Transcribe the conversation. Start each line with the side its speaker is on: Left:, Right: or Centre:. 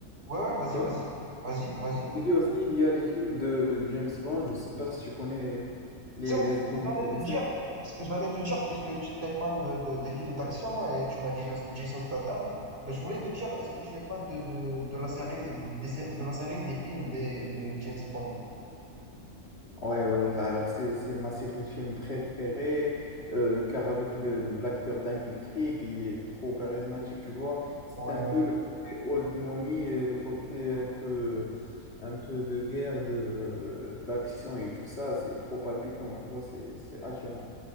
Right: Ouais, ouais, vas-y,
Left: Quoi?
Right: vas-y. Vas-y, vas-y.
Left: Je dis aussi, il y a les films de James Bond. Je sais pas si tu connais les,
Right: C'est en
Left: les
Right: fait ce
Left: 007.
Right: que j'allais te dire, ce que j'allais te dire, puisque tu es fan de, de- des films d'action et tu m'as dit Jas- Jason Statham, ben je voulais te dire, est-ce que tu es fan de, de, de la série, des sé- de la série des films des, de James Bond?
Left: Ouais, ouais, alors c'est c'est ma série de films préférée, euh, car avec le l'acteur Daniel Craig, il est trop charismatique, tu vois. C'est
Right: Ouais.
Left: un peu le côté old money et le côté un peu, un peu de guerre, de, euh, d'action et tout ça, c'est trop palpitant, tu vois, c'est c'est attirant.